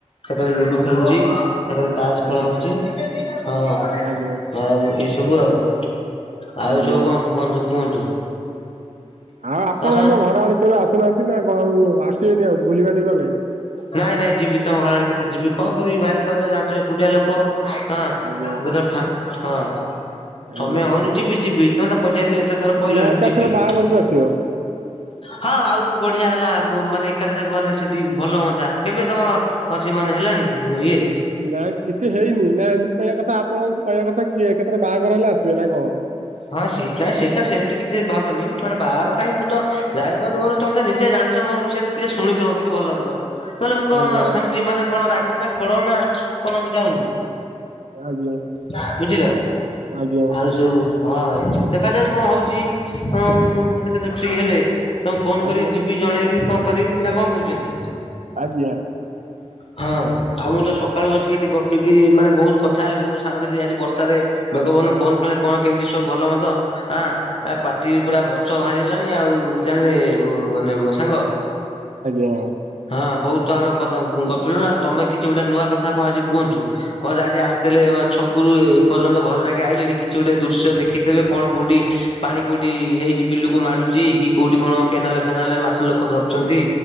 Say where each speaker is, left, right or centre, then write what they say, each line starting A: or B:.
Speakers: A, on the left; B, on the right.
A: ସେତେବେଳେ ଲୁଡୁ ଖେଳୁଛି। ସେକରେ ତାସ
B: ଆଜ୍ଞା
A: ଖେଳ ହଉଛି ହଁ
B: ଆଜ୍ଞା
A: ଆଉ ଏସବୁ ଆଉ। ଆଉ
B: ଆଜ୍ଞା।
A: ସବୁ କଣ କୁୁହନ୍ତୁ କୁହନ୍ତୁ।
B: ଆଉ ଆପଣ
A: ତା
B: ଆମ ଘର ଆଡେ କେବେ ଆସୁନାହାନ୍ତି ନା କଣ ଆସିବେନି ଆଉ ଭୁଲିିବାଲି ଗଲେ।
A: ନାଇଁ ନାଇଁ ଯିବି ତମ ଘର ଆଡେ କେତେ ଯିବି କଣ କରିବି ଭାଇ ତମେ ତ ଜାଣିଛ ଏକୁଟିଆ ଲୋକ। ହଁ ଯେତେ
B: ଆଜ୍ଞା
A: ବେଳେ ଫାଙ୍କା ହଁ ସମୟ
B: ଆଜ୍ଞା
A: ହଉନି ଯିବି ଯିବି ତମେ ତ <unintelligible> ଏତେ ଥର କହିଲଣି
B: ନା ଏକାଥରେ
A: ମୁଁ ଯିବି।
B: ବାହାଘରକୁ ଆସିବ।
A: ହଁ ଆହୁରି ବଢିଆ ହେଲା ମାନେ ଏକାଥରେ ବମାନେ ଅସେତି ଭଲ ହୁଅନ୍। କେବେ ତମର ଅଛି ମାନେ ହେଲାଣି ଇଏ
B: ନା କିଛି ହେଇନି ନା ମୁଁ କହିବା କଥା ଆପଣଙ୍କୁ କହିବା କଥା କିଏ କେତେବେଳେ ବାହାଘର ହେଲେ ଆସିବେ ନା କଣ?
A: ହଁ ସେଇଥିପାଇଁ ସେଇଟା ସେମିତି କିଛି ଭାବନି ମାନେ ବାହାର କାଇଁ ମୁଁ ତ ଯାଇପାରୁନି ମୋର ତମେ ତ ନିଜେ ଜାଣି ମୋ ବିଷୟରେ କିଛି ଶୁଣିଥିବ କିଛି ଭଲ ମନ୍ଦ। ନହେଲେ ମୁଁ କଣ
B: ଆଜ୍ଞା
A: ସେମିତି ମାନେ କଣ ରାଗ ନା ଖୋଡ ନା କଣ ମୁ ଯାଉନି।
B: ଆଜ୍ଞା
A: ନା ବୁଝିଲ
B: ଆଜ୍ଞା
A: ଆଉ ସବୁ ହଁ ଏଇଛ ଦେଖାଯାଉ କଣ ହଉଛି ହ ଦେଖାଯାଉ ଫ୍ରି ହେଲେ ତମକୁ ଫୋନ କରିକି
B: ଆଜ୍ଞା
A: ଯିବି ଜଣେଇବି କଣ କରିବି ନା କଣ କହୁଛନ୍ତି?
B: ଆଜ୍ଞା
A: ହଁ ଆଉ ମୁଁ ତ ସକାଳୁ ବସିକି ଏଠି ଗ୍ ପିଗିରି ମାନେ ବହୁତ କଥା ହେଲେ ବହୁତ ସାଙ୍ଗସାଥି ଆଜି ବର୍ଷାରେ ମେଘପବନ ଫୋନ କଲେ କଣ କେମିତି ସବୁ ଭଲ ମନ୍ଦ ଆଁ ପାଟିରୁ ପୁରା ବଚ ବାହାରିଗଲାଣି। ଆଉ ଜାଣିଲେ ମାନେ ସାଙ୍ଗ ମୋ ସାଙ୍ଗ
B: ଆଜ୍ଞା।
A: ହଁ ବହୁତ ଆମେ କ ଗପିଲୁଣି ଆଉ ତମେ କିଛି ଗୋଟେ ନୂଆ କଥା କଣ ଆଜି କୁହନ୍ତୁ? କଣ ହ ଆଜି ଆସିଥିଲେ ମ ଛକରୁ ଏ ପର୍ଯ୍ୟନ୍ତ ଘରେ ଯାକେ ଆଇଲେନି କିଛି ଗୋଟେ ଦୁ ଦୃଶ୍ୟ ଦେଖିଥିବେ କଣ କୋଉଠି? ପାଣି କୋଉଠି ହେଇଛି ବିଲୁକୁ ମାଡୁଛି କି କୋଉଠି କଣ କେନାଲ ଫେନାଲରେ ମାଛ ଲୋକ ଧରୁଛନ୍ତି।